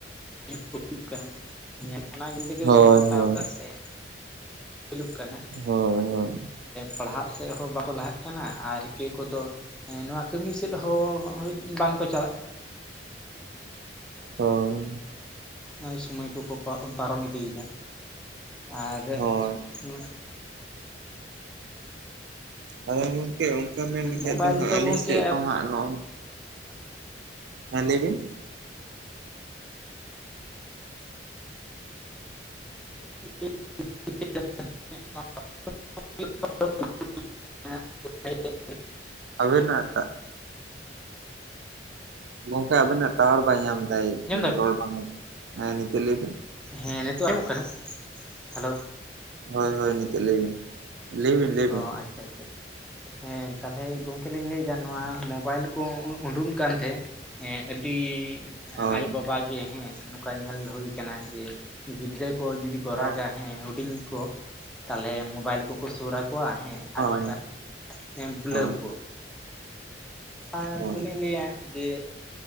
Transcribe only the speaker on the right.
ᱦᱳᱭ
ᱦᱳᱭ
ᱦᱳᱭ
ᱦᱳᱭ
ᱦᱳᱭ ᱦᱳᱭ
ᱟᱚᱭ ᱜᱚᱝᱠᱮ ᱚᱱᱠᱟ ᱢᱮᱱ ᱞᱮᱠᱷᱟᱡ
ᱫᱚ ᱦᱟᱸᱜ ᱟᱹᱞᱤᱧ
ᱥᱮᱫ ᱫᱚ ᱦᱟᱸᱜ ᱱᱚᱜ ᱦᱮᱸ ᱞᱟᱹᱭᱵᱤᱱ
ᱟᱵᱤᱱᱟᱜ ᱛᱟᱜ ᱜᱚᱝᱠᱮ ᱟᱵᱤᱱᱟᱜ ᱴᱟᱣᱟᱨ ᱵᱟᱭ ᱧᱟᱢ ᱫᱟᱭ
ᱨᱚᱲ ᱵᱟᱝ ᱦᱮᱸ ᱱᱤᱛᱚᱜ ᱞᱟᱹᱭ ᱵᱤᱱ
ᱦᱳᱭ-ᱦᱳᱭ ᱱᱤᱛᱚᱜ ᱞᱟᱹᱭ ᱵᱤᱱ ᱞᱟᱹᱭ ᱵᱤᱱ ᱞᱟᱹᱭ ᱵᱤᱱ
ᱦᱳᱭ
ᱦᱳᱭ
ᱦᱳᱭ
ᱦᱳᱭ
ᱦᱳᱭ